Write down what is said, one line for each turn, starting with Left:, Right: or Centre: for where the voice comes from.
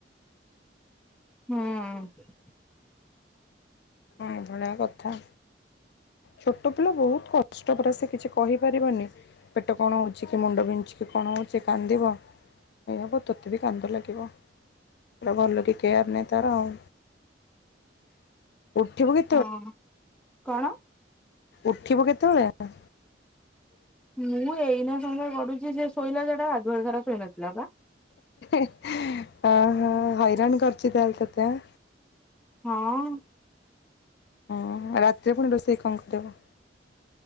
Centre: ହୁଁ।
Left: ହୁଁ, ଏ ଭଳିଆ କଥା। ଛୋଟ ପିଲା ବହୁତ କଷ୍ଟ ପରା, ସେ କିଛି କହିପାରିବନି ପେଟ କଣ ହଉଛି, କି ମୁଣ୍ଡ ବିନ୍ଧୁଛି, କି କଣ ହଉଛି କାନ୍ଦିବ। ଏଇ ହବ ତୋତେ ବି କାନ୍ଦ ଲାଗିବ, ପୁରା ଭଲ କି କେୟାର ନେ ତାର ଆଉ। <inaudible> ଉଠିଵୁ କି?
Centre: ହଁ, କଣ?
Left: ଉଠିବୁ କେତେବେଳେ?
Centre: ମୁଁ ଏଇନା ସମୟା ଗଡୁଛି, ସେ ଶୋଇଲା ଯଟା ଗାଧୁଆଳା ସାରା ଶୋଇ ନଥିଲା ବା।
Left: <inaudible> ଅହ ହଇରାଣ କରୁଛି ତାହେଲେ ତତେ ଆଁ।
Centre: ହଁ।
Left: ହଁ ରାତିରେ ପୁଣି ରୋଷେଇ କଣ କରିବ?